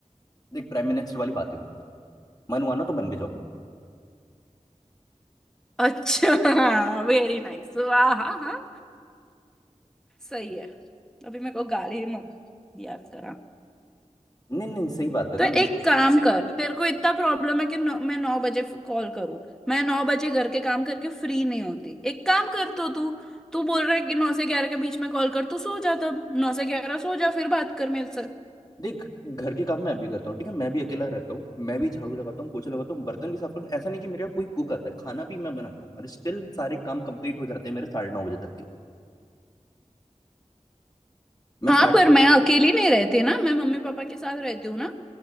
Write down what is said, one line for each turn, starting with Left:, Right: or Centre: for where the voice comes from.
Left: देख प्राइम मिनिस्टर वाली बातें मत कर मन हुआ ना तो बन भी जाऊंगा
Centre: अच्छा वेरी नाइस वाह हाँ हाँ सही है अभी मेरे को गाली मत याद करा
Left: नहीं नहीं सही बात है
Centre: तो
Left: ना
Centre: एक काम कर तेरे को इतना प्रॉब्लम है कि नौ, मैं नौ बजे कॉल करूँ मैं नौ बजे घर के काम करके फ्री नहीं होती एक काम कर तो तू तू बोल रहा है कि नौ से ग्यारह के बीच में कॉल कर तो सो जा तब नौ से ग्यारह सो जा फिर बात कर मेरे से
Left: देख घर के काम मैं भी करता हूँ ठीक है मैं भी अकेला रहता हूँ मैं भी झाड़ू लगाता हूँ पोछा लगाता हूँ बर्तन भी साफ करता हूँ ऐसा नहीं कि मेरा कोई कुक आता है खाना भी मैं बनाता हूँ और स्टिल सारे काम कंप्लीट हो जाते हैं मेरे साढ़े नौ बजे तक के मैं
Centre: हाँ
Left: साढ़े
Centre: पर मैं अकेली नहीं रहती ना मैं मम्मी पापा के साथ रहती हूँ ना